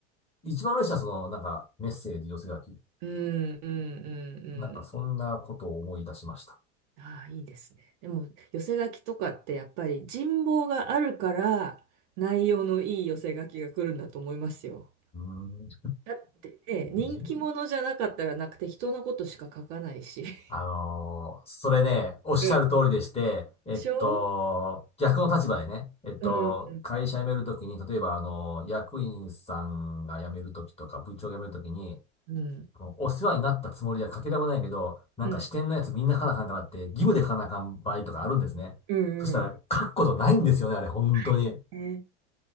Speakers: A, on the left; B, on the right.
A: 一番嬉しいのは、その、なんか、メッセージ、寄せ書き。
B: うんうんうんうん。
A: なんか、そんなことを思い出しました。
B: ああ、いいですね。でも、寄せ書きとかってやっぱり人望があるから内容のいい寄せ書きが来るんだと思いますよ。
A: うーん、
B: だってね、人気者じゃなかったらなんか適当なことしか書かないし。
A: 人
B: <laughs>
A: あのーそれね、おっしゃる通りでして、
B: うん
A: えっと、
B: でしょ
A: 逆の立場でね、えっと、
B: うん、うん、
A: 会社辞めるときに、例えば、あのー役員さんが辞めるときとか、部長が辞めるときに、
B: うん、
A: お世話になったつもりはかけらもないけど、なんか支店のやつみんな書かなあかんからって、
B: うん、
A: 義務で書かなあかん場合とかあるんですね。
B: うん。
A: そしたら、
B: うん
A: 書くことないんですよね、あれ、本当に。
B: ないよね。